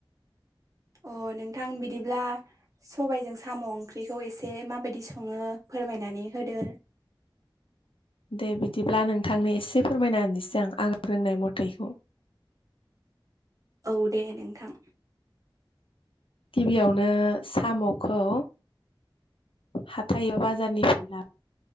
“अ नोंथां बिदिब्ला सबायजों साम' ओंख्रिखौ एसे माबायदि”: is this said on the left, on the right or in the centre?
Right